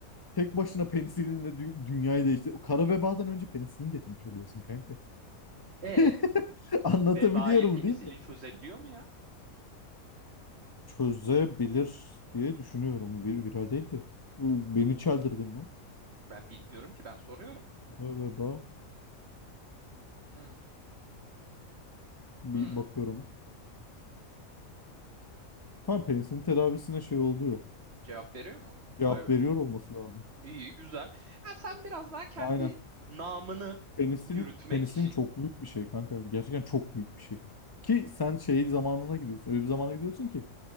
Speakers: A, on the left (about 20°); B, on the right (about 50°).
A: tek başına penisilinle dü- dünyayı değiştir. Kara vebadan önce penisilin getirmiş oluyorsun kanka.
B: E
A: <laughs> <laughs> Anlatabiliyorum
B: vebayı penisilin
A: değil mi?
B: çözebiliyor mu ya?
A: Çözebilir diye düşünüyorum. Vi- Viral değildi. Beni çeldirdin lan.
B: Ben bilmiyorum ki ben soruyorum.
A: Galiba
B: Hı,
A: bir
B: hı.
A: bakıyorum. Tam penisinin tedavisine şey oluyor.
B: Cevap veriyor mu?
A: Cevap
B: Vay be.
A: veriyor olması lazım.
B: İyi güzel. Ha, sen biraz daha kendi
A: Aynen.
B: namını
A: Penisinin
B: yürütmek
A: penisinin
B: için.
A: çok büyük bir şey kanka. Gerçekten çok büyük bir şey. Ki sen şey zamanına gidiyorsun. Öyle bir zamana gidiyorsun ki